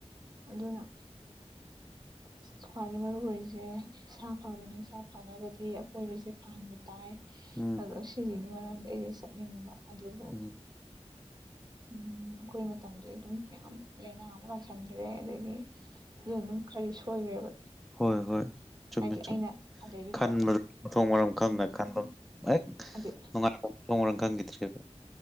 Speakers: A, on the right; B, in the centre.
A: ꯑꯗꯨꯅ <unintelligible> ꯈ꯭ꯋꯥꯏꯗꯒꯤ ꯃꯔꯨ ꯑꯣꯏꯔꯤꯁꯦ ꯏꯁꯥ ꯐꯕꯅꯤ ꯏꯁꯥ ꯐꯅꯕꯒꯤ ꯑꯀꯣꯏꯕꯁꯦ ꯐꯍꯟꯕ ꯇꯥꯏ
B: ꯎꯝ
A: ꯑꯗꯣ ꯁꯤꯁꯤꯒꯤ ꯃꯔꯝꯗ ꯑꯩꯁꯦ ꯆꯠꯅꯤꯡꯕ ꯑꯗꯨꯕꯨ
B: ꯎꯝ
A: ꯎꯝ ꯑꯩꯈꯣꯏ ꯃꯇꯝꯗꯗꯤ ꯑꯗꯨꯝ ꯃꯌꯥꯝ ꯂꯥꯏꯅꯥ ꯑꯃꯨꯛ ꯂꯥꯛꯁꯟꯈ꯭ꯔꯦ ꯑꯗꯒꯤ ꯑꯗꯨꯗ ꯑꯗꯨꯝ ꯈꯔꯗꯤ ꯁꯣꯏꯈ꯭ꯔꯦꯕ
B: ꯍꯣꯏ ꯍꯣꯏ ꯆꯨꯝꯃꯦ
A: ꯍꯥꯏꯗꯤ
B: ꯆꯨꯝꯃꯦ
A: ꯑꯩꯅ ꯑꯗꯩꯗꯨꯗ
B: ꯈꯟꯕꯗ ꯃꯊꯣꯡ ꯃꯔꯝ ꯈꯪꯅ
A: ꯎꯝ
B: ꯈꯟꯕ ꯍꯦꯛ
A: ꯑꯗꯩ
B: ꯅꯨꯡꯉꯥꯏꯕ ꯃꯊꯣꯡ ꯃꯔꯝ ꯈꯪꯈꯤꯗ꯭ꯔꯦꯕ